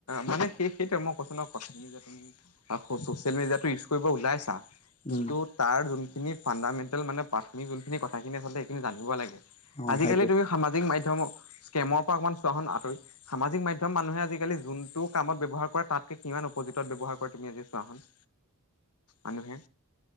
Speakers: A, on the left; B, on the left.
A: মানে সেই সেইটোয়ে মই কৈছো ন কথা খিনি যে তুমি ছচিয়েল মিডিয়াটো ইউজ কৰিব ওলাইছা,
B: উম,
A: কিন্তু তাৰ যোনখিনি ফাণ্ডামেণ্টেল মানে প্ৰাথমিক যোনখিনি কথাখিনি আচলতে সেইখিনি জানিব লাগে।
B: অ',
A: আজিকালি
B: সেইটোৱে
A: তুমি সামাজিক মাধ্যমৰ স্কেমৰ পৰা অকণমান চোৱাখন আঁতৰি সামাজিক মাধ্যম মানুহে আজিকালি যোনটো কামত ব্যৱহাৰ কৰে তাতকে কিমান অপজিতত ব্যৱহাৰ কৰে তুমি আজি চোৱাহন। মানুহে।